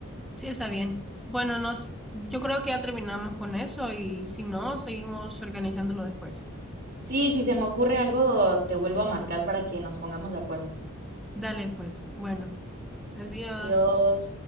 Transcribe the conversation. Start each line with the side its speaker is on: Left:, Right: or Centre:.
Centre: Sí, está bien. Bueno, no, s- yo creo que ya terminamos con eso y si no, seguimos organizándolo después.
Right: Sí, si se me ocurre algo, te vuelvo a marcar para que nos pongamos de acuerdo.
Centre: Dale, pues. Bueno, adiós.
Right: Adiós.